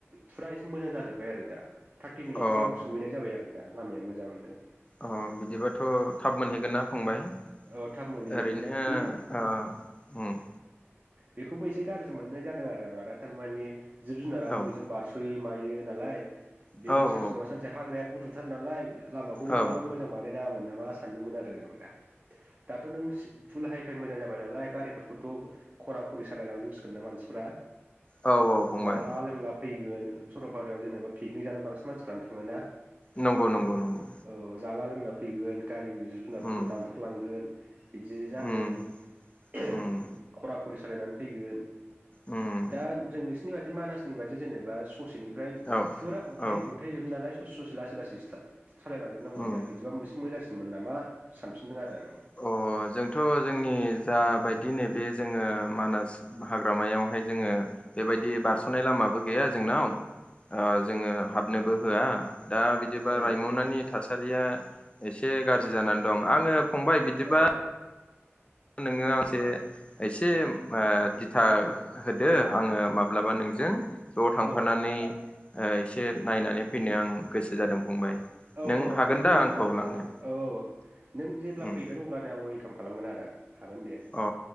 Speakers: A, on the right; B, on the left.
A: फुरा एसे मोजां जाजोब्बाय आरो दा। थार्टि मिनिटसोआवनो
B: अ
A: सहैनाय जाबाय आरो दा। लामाया मोजां मोनदों ।
B: अ बिदिबाथ' थाब मोनहैगोन ना फंबाय ।
A: औ थाब मोनहैयो
B: ओरैनो‌
A: बे
B: ओ उम
A: बेखौबो एसे गाज्रि मोननाय जादों आरो आं आदा थारमाने जिब जुनाराबो
B: ओ उम
A: बेजों बारस'यो मायो नालाय बेबो
B: औ
A: सानसे
B: औ
A: नङा सानसे हाग्राया गुदुथार नालाय लामाखौ
B: औ
A: ऐदथ'बां मोजां बानाय नाङामोन नामा सानदोंमोन आरो आं दा। दाथ' नोंस फुल हाइ फाइ मोजां जाबाय नालाय। गारिफोर खौथ' खरा खरि सालाय लांजोब सिगोन ना मानसिफ्रा।
B: अ औ औ फंबाय
A: जाला लोंला फै गोन सरलपारायाव जेनेबा पिकनिक जानो बांसिन मानसिफ्रानो थाङोना।
B: नंगौ नंगौ नंगौ।
A: औ जाला लोंना फैगोन। गारिनि जिब जुनार फोरखौ
B: उम
A: दानथारलांगोन। बिदि जागोन
B: उम
A: <unintelligible>
B: उम
A: खरा खरि सालायनानै फैगोन।
B: उम
A: दा जोंस बिबादि मानासनि बादि जेनेबा सु ससेनिफ्राय
B: औ
A: फुरा अन्थाइ
B: औ
A: अन्थाइ जोब नालाय ससे ससे लासै लासैसो था सालाय लांजोब नांगौ
B: उम
A: नालाय बिदिबा इसे मोजांसिन मोन नामा सानफिनदों आरो आं।
B: अ जोंथ' जोंनि जाबायदि नैबे जोङो मानास हाग्रामायावहाय जोङो बेबायदि बारस'नाय लामाबो गैया जोंनाव। अ जोङो हाबनोबो होआ दा बिदिबा
A: आं औ
B: रायमनानि थासारिया एसे गाज्रि जानानै दं आङो फंबाय बिदिबा
A: औ औ
B: नोङो आंसे एसे ओ दिथा होदो आङो माब्लाबा नोंजों ज' थांफानानै
A: औ
B: ओ एसे नायनानै फैनो आं गोसो जादों। फंबाय
A: औ औ
B: नों
A: औ
B: हागोन
A: आदा फैबानो
B: दा आंखौ
A: जाबाय
B: लांनो
A: आं औ औ नों जेब्ला
B: उम
A: फैगोन अब्लानो आं वेलकाम खालामगोन आदा। हागोन दे
B: अ